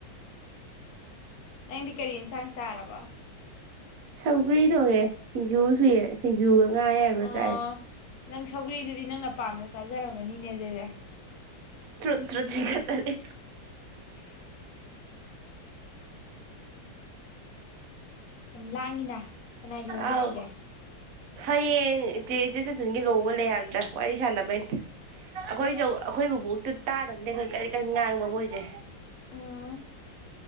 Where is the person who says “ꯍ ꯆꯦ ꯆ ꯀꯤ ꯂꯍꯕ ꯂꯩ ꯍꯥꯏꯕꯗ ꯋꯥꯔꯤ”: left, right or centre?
Right